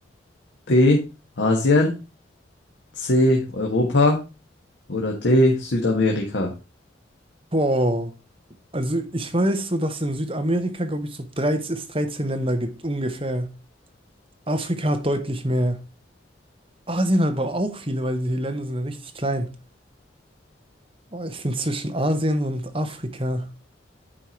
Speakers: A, on the left; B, on the right.
A: B. Asien. C. Europa. Oder D. Südamerika.
B: Boah. Also ich weiß so, dass es in Südamerika, glaube ich, so 13 es 13 Länder gibt, ungefähr. Afrika hat deutlich mehr. Asien hat aber auch viele, weil die Länder sind ja richtig klein. Boah, ich finde zwischen Asien und Afrika.